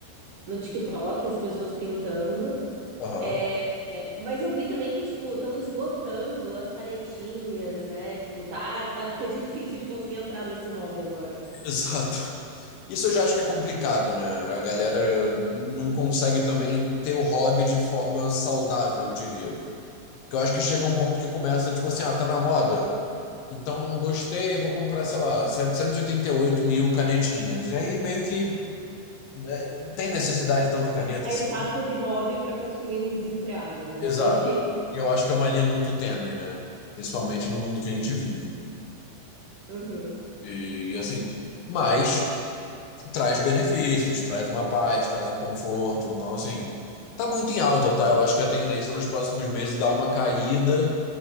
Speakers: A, on the right; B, on the left.
A: no TikTok as pessoas pintando.
B: Aham.
A: É, é, mas eu vi também que, tipo, estão esgotando as canetinhas, né? Tipo, tá, tá até <laughs> difícil de conseguir entrar nesse hobby agora.
B: Exato. Isso eu já acho que é complicado, né? A galera não consegue também ter o hobby de forma saudável, eu diria. Porque eu acho que chega um ponto que começa, tipo assim, ah, tá na moda. Então, gostei, vou comprar, sei lá, setecentos e e oitenta e oito mil canetinhas. E aí, meio que né, não tem necessidade de tanta caneta.
A: Aí
B: assim.
A: passa de hobby para consumismo desenfreado, né?
B: Exato.
A: Tem que.
B: Eu acho que é uma linha muito tênue, né? Principalmente no mundo que a gente vive.
A: Uhum,
B: E, assim, mas traz benefícios, traz uma paz, traz um conforto. Então, assim, tá muito em alta, tá? Eu acho que a tendência nos próximos meses é dar uma caída,